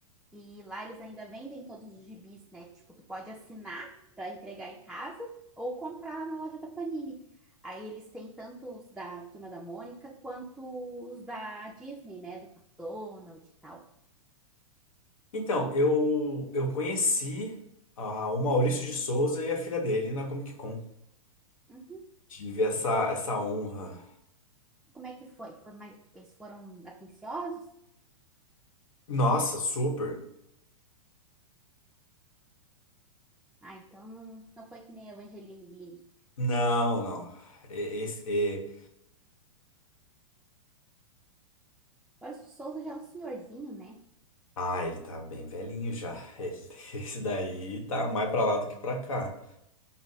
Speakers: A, in the centre; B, on the left.
A: e lá eles ainda vendem todos os gibis, né? Tipo, tu pode assinar para entregar em casa ou comprar na loja da Panini. Aí eles têm tanto os da Turma da Mônica quanto os da Disney, né? Do Pato Donald e tal.
B: Então, eu, eu conheci ah, o Maurício de Souza e a filha dele na Comic Con.
A: Uhum.
B: Tive essa, essa honra.
A: Como é que foi? Foi mais... Eles foram atenciosos?
B: Nossa, super.
A: Ah, então não, não foi que nem a Evangeline Lilly.
B: Não, não. E- Esse, e-
A: Boris de Souza já é um senhorzinho, né?
B: Ah, ele tá bem velhinho já. Ele- <laughs> Esse daí tá mais pra lá do que pra cá.